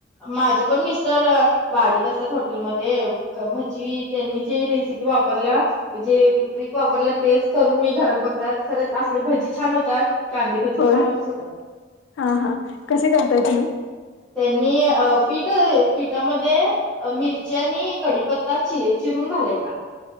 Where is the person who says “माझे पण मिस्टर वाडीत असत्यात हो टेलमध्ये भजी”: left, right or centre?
Centre